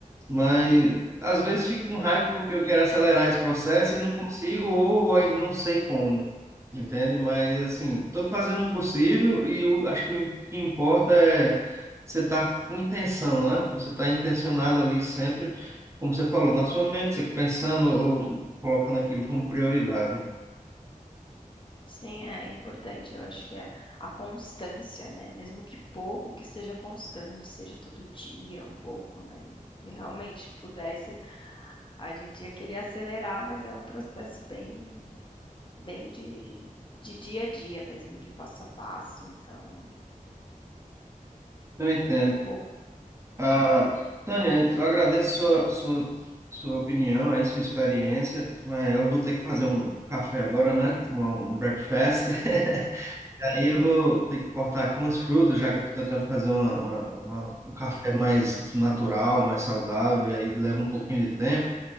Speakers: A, on the right; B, on the left.
A: Mas às vezes fico com raiva porque eu quero acelerar esse processo e não consigo, ou ainda não sei como, entende? Mas assim, estou fazendo o possível e eu acho que o que importa é você estar com intenção, né? Você estar intencionado ali sempre, como você falou, na sua mente, você pensando ou colocando aquilo como prioridade.
B: Sim, é importante. Eu acho que é a constância, né? Mesmo que pouco que seja constante, seja todo dia um pouco, né? E realmente pudesse, a gente ia querer acelerar, mas é um processo bem, bem de, de dia a dia mesmo, de passo a passo. Então,
A: Eu entendo.
B: é pouco.
A: Ah, Tânia, eu agradeço sua, sua, sua opinião aí, sua experiência, mas eu vou ter que fazer um café agora, né? Tomar um breakfast. <laughs> Aí eu vou ter que cortar aqui umas frutas, já que eu estou tentando fazer uma, uma- uma- um café mais natural, mais saudável, e aí leva um pouquinho de tempo.